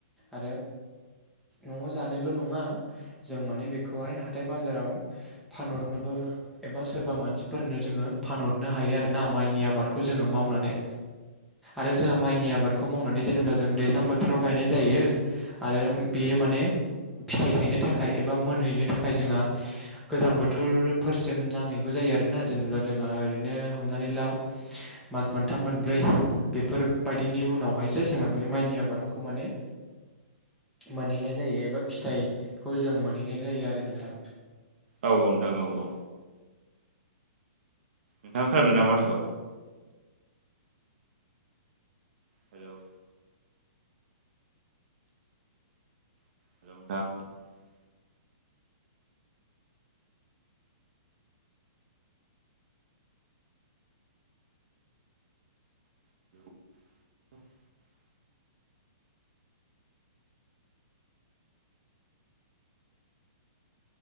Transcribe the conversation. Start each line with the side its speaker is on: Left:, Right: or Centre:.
Centre: आरो न'आव जानायल' नङा जों माने बेखौहाय हाथाय बाजाराव फानहरनोबो एबा सोरबा मानसिफोरनो जोङो फानहरनो हायो आरोना माइनि आबादखौ जोङो मावनानै आरो जोंहा माइनि आबादखौ मावनानै जेनेबा जों दैज्लां बोथोराव गायनाय जायो आरो बेयो माने फिथाइ थायनो थाखाय एबा मोनहैनो थाखाय जोंहा गोजां बोथोरफोरसिम नांहैगौ जायो ना जेनेबा जोंहा ओरैनो हमनानै ला मास मोनथाम मोनब्रै बेफोर बेनि उनावहायसो जोंहा बे माइनि आबादखौ माने मोनहैनाय जायो एबा फिथाइखौ जों मोनहैनाय जायो आरो नोंथां
Right: औ औ नोंथां औ औ नोंथां खोनादोंना माथोखौ हेल' <unintelligible> <inaudible>